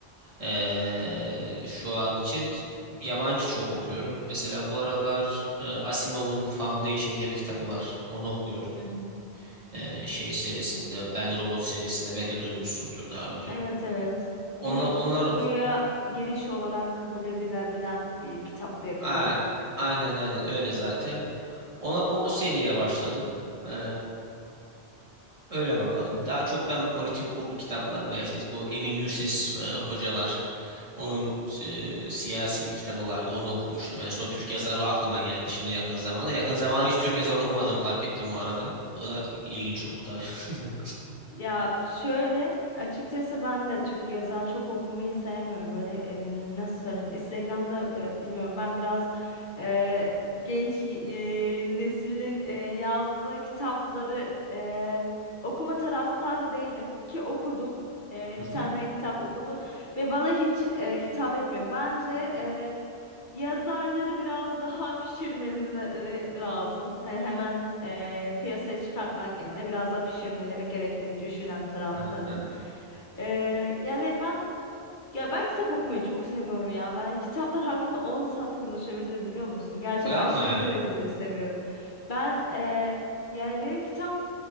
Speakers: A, on the right; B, on the left.
A: ee, şu an için yabancı çok okuyorum. Mesela bu aralar e, Asimov'un Foundation diye bir kitabı var. Onu okuyorum.
B: Hı hı.
A: Ee, şey serisinde, Ben Robot serisinde belki duymuşsundur daha önce.
B: Evet evet.
A: Onlar,
B: Bilim
A: onlar
B: kurguya giriş olarak kabul edilebilen bir kitap diye
A: a-
B: biliyorum.
A: aynen aynen öyle zaten. Ona o, o seriye başladım. Ee, Öyle bakalım. Daha çok ben politik kurgu kitaplar veya işte bu Emin Gürses e, hoca var. Onun e, siyasi bir kitabı vardı. Onu okumuştum. En son Türk yazarı o aklıma geldi şimdi yakın zamanda. Yakın zamanda hiç Türk yazarı okumadım fark ettim o arada. O da ilginç oldu tabii. <laughs>
B: Ya şöyle açıkçası ben de Türk yazar çok okumayı sevmiyorum. Böyle em, nasıl söyleyeyim? Instagram'da e, bilmiyorum ben biraz e, genç e, neslin e, yazdığı kitapları e, okuma taraftarı değilim ki okudum. E,
A: Hı
B: bir tane
A: hı.
B: kitap okudum ve bana hiç e, hitap etmiyor. Bence e, Yazarları biraz daha <laughs> pişirmeleri lazım. Hani hemen eee, piyasaya çıkartmak yerine biraz daha pişirmeleri gerektiğini düşünen taraftarım.
A: Ha,
B: Eee, yani ben ya ben kitap okumayı çok seviyorum ya. Ben kitaplar hakkında 10 saat konuşabilirim biliyor musun? Gerçi
A: Yapma
B: aşırı
A: ya.
B: derecede seviyorum. Ben eee, yani benim kitap